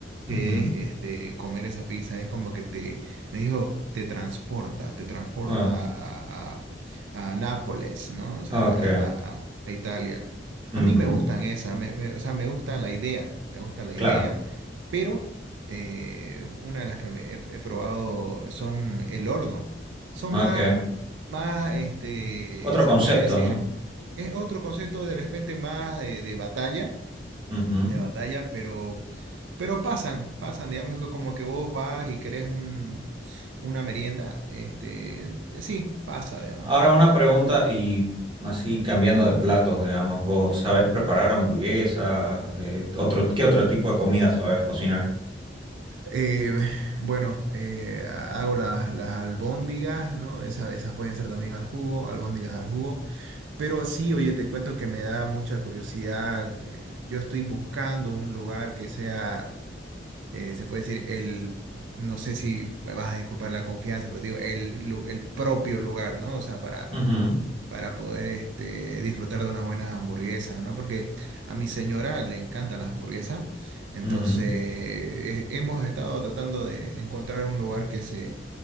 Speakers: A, on the right (about 25°); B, on the right (about 90°).
A: Ujú,
B: que es este, comer esa pizza, es como que te, me dijo, te transporta, te transporta
A: Bueno.
B: a, a- a Nápoles, ¿no? O sea,
A: Ok.
B: a, a- a Italia.
A: ujú,
B: A mí me gustan esas, me- me- o sea, me gusta la idea, me gusta la
A: Claro.
B: idea, pero eh, una de las que me he, he probado son el horno. Son
A: Ok.
B: más, más, este,
A: Otro
B: se
A: concepto,
B: puede decir,
A: ¿no?
B: es otro concepto de repente más de de batalla
A: Ujú.
B: de batalla, pero, pero pasan, pasan, digamos que como que vos vas y querés un, una merienda, este, eh, sí, pasa, digamos,
A: Ahora
B: ¿no?
A: una pregunta y así cambiando de platos, digamos, ¿vos sabés preparar hamburguesas? Eh, otro, ¿qué otro tipo de comida sabés cocinar?
B: Eh, bueno, eh, hago las, las albóndigas, ¿no? Esas, esas pueden ser también al jugo, albóndigas al jugo, pero sí, oye, te cuento que me da mucha curiosidad, eh, yo estoy buscando un lugar que sea... eh, se puede decir el, no sé si me vas a disculpar la confianza, pero digo, el, lu- el propio lugar, ¿no? O sea, para,
A: Ujú,
B: para poder este, disfrutar de unas buenas hamburguesas, ¿no? Porque a mi señora le encantan las hamburguesas, entonces
A: ujú,
B: eh, hemos estado tratando de encontrar un lugar que se,